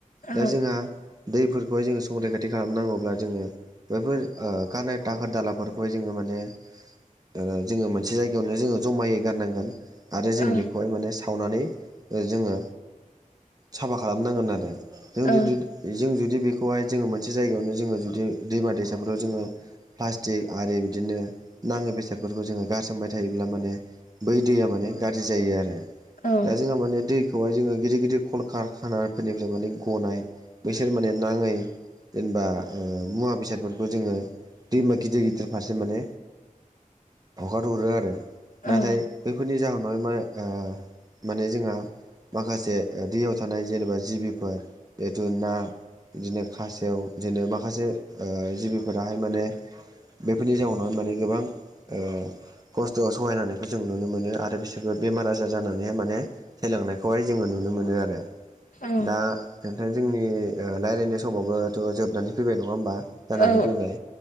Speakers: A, on the left (about 80°); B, on the right (about 25°).
A: औ
B: दा जोंहा दैफोरखौहाय जोङो संखरैखाथि खालामनांगौब्ला जोङो बैफोर ओ गारनाय दाखोर दालाफोरखौहाय जोङो माने ओ जोङो मोनसे जायगायावनो जोङो जमायै गारनांगोन। आरो जों
A: औ
B: बेखौहाय माने सावनानै जोङो साफा खालामनांगोन आरो। जों
A: औ
B: <unintelligible> जों जुदि बेखौहाय जोङो मोनसे जायगायावनो जोङो जुदि दैमा दैसाफ्राव जोङो प्लास्टिक आरि बिदिनो नाङि बेसादफोरखौ जोङो गारसोमबाय थायोब्ला माने बै दैया माने गाज्रि जायो आरो
A: औ
B: दा जोंहा माने दैखौहाय जोङो गिदिर गिदिर कल कारखानाफोरनिफ्राय माने गनाय बैसोर माने नाङै जेनेबा ओ। मुवा बेसादफोरखौ जोङो दैमा गिदिर गिदिर फारसे माने। हगारहरो आरो
A: औ
B: नाथाय बैफोरनि जाहोनाव मा ओ माने जोंहा माखासे दैयाव थानाय जेनेबा जिबिफोर जेहथु ना बिदिनो खासेव बिदिनो मा माखासे ओ जिबिफोराहाय माने बेफोरनि जाउनावनो माने गोबां ओ खस्थ'स थगायनो हानायखौ जों नुनो मोनो आरो बिसोरबो बेमार आजार जानानैहाय माने थैलांनायखौहाय जोङो नु नुनो मोनो आरो
A: औ
B: दा नोथां जोंनि रायलायनाय समावबो थ जोबनानै फैबाय नङा होमबा जानानै
A: औ
B: फैबाय